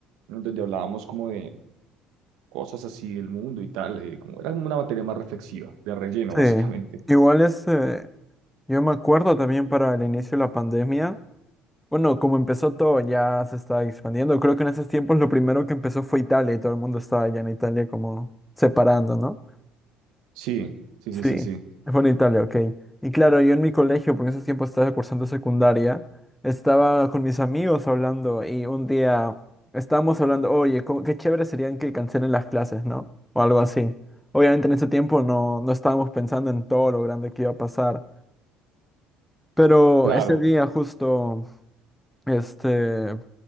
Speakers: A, on the right; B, in the centre.
A: donde hablábamos como de cosas así del mundo y tal, eh, como era como una materia más reflexiva, de relleno,
B: Sí.
A: básicamente.
B: Igual es. eh, yo me acuerdo también para el inicio de la pandemia. Bueno, como empezó todo, ya se estaba expandiendo. Creo que en esos tiempos lo primero que empezó fue Italia y todo el mundo estaba allá en Italia como separando, ¿no?
A: Sí, sí,
B: Sí,
A: sí, sí, sí.
B: fue en Italia, ok. Y claro, yo en mi colegio, porque en ese tiempo estaba cursando secundaria, estaba con mis amigos hablando y un día estábamos hablando, oye, cómo- qué chévere serían que cancelen las clases, ¿no? O algo así. Obviamente en ese tiempo no, no estábamos pensando en todo lo grande que iba a pasar, pero
A: Claro.
B: ese día justo, este,